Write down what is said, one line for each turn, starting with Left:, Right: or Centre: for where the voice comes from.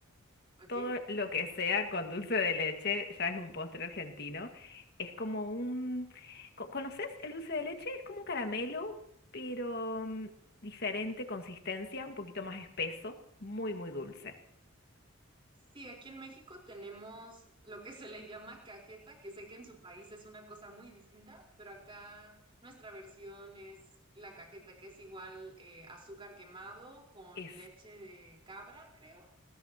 Right: ¿Ok?
Left: todo lo que sea con dulce de leche ya es un postre argentino. Es como un... co- ¿Conoces el dulce de leche? Es como un caramelo, pero mm, diferente consistencia, un poquito más espeso, muy, muy dulce.
Right: Sí, aquí en México tenemos lo que se le llama cajeta, que sé que en su país es una cosa muy distinta, pero acá nuestra versión es la cajeta, que es igual eh, azúcar quemado con
Left: Eso.
Right: leche de cabra, creo,